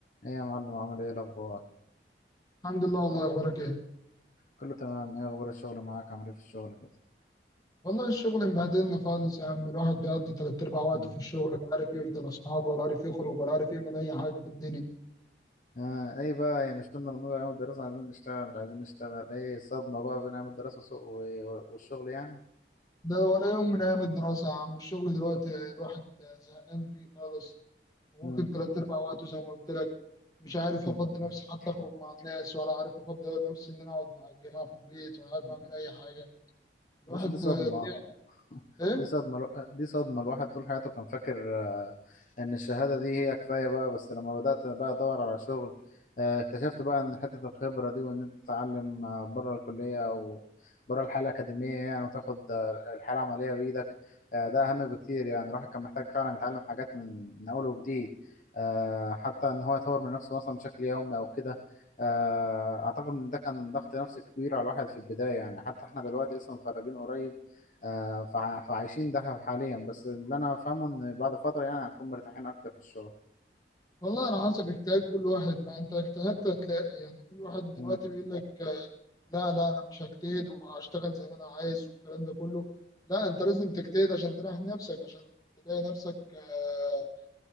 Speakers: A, on the left (about 45°); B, on the left (about 20°).
A: ايه يا معلم عامل ايه الاخبار
B: الحمد لله والله اخبارك ايه
A: كله تمام ايه اخبار الشغل معاك عامل ايه في الشغل كده
B: والله الشغل مبهدلني خالص يا عم الواحد بيقضي تلات ارباع وقته
A: امم
B: في الشغل لا عارف يفضل اصحابه ولا عارف يخرج ولا عارف يعمل اي حاجه في الدنيا
A: آه ايه بقى إيه مش كنا بنقول ايام الدراسه عايزين نشتغل مش عايزين نشتغل ايه الصدمه بقى بين ايام الدراسه وسوق- و- والشغل يعني
B: ده ولا يوم من ايام الدراسه يا عم الشغل دلوقتي الواحد زهقان فيه خالص واخد
A: امم
B: تلات ارباع وقته زي ما قلت لك مش عارف
A: <laughs>
B: افضي نفسي حتى اخرج مع الناس ولا عارف افضي نفسي ان انا اقعد مع الجماعه في البيت ولا عارف
A: يا
B: اعمل اي حاجه الواحد
A: باشا دي صدمه
B: تعب.
A: <laughs>
B: ايه
A: دي صدمة الو- دي صدمة الواحد طول حياته كان فاكر آه، إن الشهادة دي هي كفاية بقى بس لما بدأت بقى أدور على شغل آه، اكتشفت بقى إن حتة الخبرة دي وإن أنت تتعلم آه، بره الكلية أو بره الحالة الأكاديمية يعني وتاخد آه، الحالة العملية بإيدك آه، ده أهم بكتير يعني الواحد كان محتاج فعلا يتعلم حاجات من من أول وجديد آه، حتى إن هو يطور من نفسه مثلا بشكل يومي أو كده آه، أعتقد إن ده كان ضغط نفسي كبير على الواحد في البداية يعني حتى إحنا دلوقتي لسه متخرجين قريب آه، فع- فعايشين ده حاليا بس اللي انا فاهمه ان بعد فتره يعني هنكون مرتاحين اكتر في الشغل
B: والله على حسب اجتهاد كل واحد ما انت اجتهدت هتلاقي يعني في واحد دلوقتي
A: مم.
B: بيقول لك آه، لا لا انا مش هجتهد وهشتغل زي ما انا عايز والكلام ده كله لا انت لازم تجتهد عشان تريح نفسك عشان تلاقي نفسك آه،